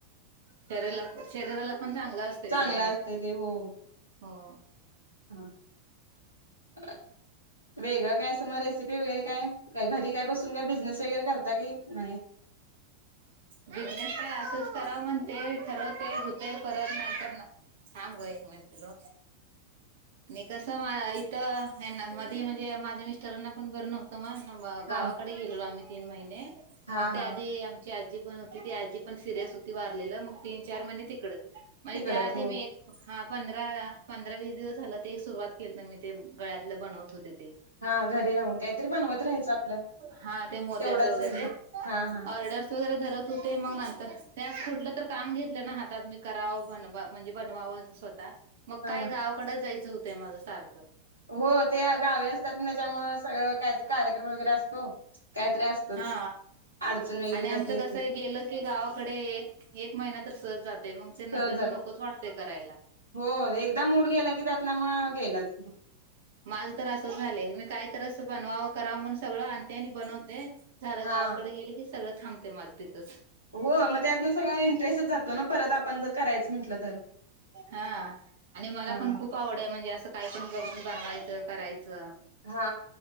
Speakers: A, on the right (about 55°); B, on the right (about 80°).
A: शरीराला शरीराला पण चांगलं असतय
B: चांगलं
A: ते काय.
B: असतंय ते हो
A: हो.
B: हा. <unintelligible> वेगळं काय असं म रेसिपी वगैरे काय? काय घरी काय बसून काय बिझनेस वगैरे करता की नाही?
A: बिझनेस काय असंच कराव म्हणते. ठरवते, होतंय. परत नंतर थांब ग एक मिनिट पिल्लू. आणि कस मा इथं ह्याना. मध्ये म्हणजे माझ्या मिस्टरांना पण बर नव्ह त मग
B: हा
A: गावाकडे गेलेलो आम्ही तीन महिने.
B: हा
A: मग त्या
B: हा
A: आधी आमची आ जी पण होती. ती आजी पण सिरियस होती वारलेलं. मग तीन- चार महिने तिकड, म्हणजे
B: तिकडच
A: त्या आधी
B: हो
A: मी एक हा पंधरा पंधरा वीस दिवस झालं ते एक सुरुवात केलंत मी ते गळ्यातलं बनवत होते ते.
B: हा घरी राहून काहीतरी बनवत राहायचं आपलं.
A: हा ते मोत्याच
B: तेवढच
A: वगैरे
B: हे, हा हा.
A: ऑर्डर्स वगैरे करत होते. मग नंतर ते आन् कुठलं तर काम घेतलं ना हातात. मी करावं, बनवा म्हणजे बनवावं स्वतः मग
B: हा
A: काय गावाकडेच जायचं होतंय माझ सारखं.
B: हो ते गावी असतात ना त्याच्यामुळं. सगळं काहीतरी कार्यक्रम वगैरे असतो. काहीतरी असतच
A: हा.
B: अडचण वगैरे
A: आणि
B: काहीतरी
A: आमचं
B: येते
A: कसं आहे गेलं की गावाकडे एक -एक महिना तर सहज जातो. ते मग
B: सहज
A: ते नंतर नकोच वाटतय करायला.
B: हो. एकदा मूड गेला की त्यातला मग गेलाच.
A: माझं तर असं झालंय, मी काय तर अस बनवावं कराव म्हणून सगळं आणते आणि बनवते. झालं
B: हा
A: गावाकड गेले की सगळं थांबते माझं तिथंच.
B: हो म त्यातनं सगळं इंटरेस्टच जातो ना परत आपण जर करायचं म्हटलं तर
A: हा आणि मला
B: हा
A: पण खूप खूप आवड आहे. म्हणजे असं काय पण बघुन बनवायचं करायचं.
B: हा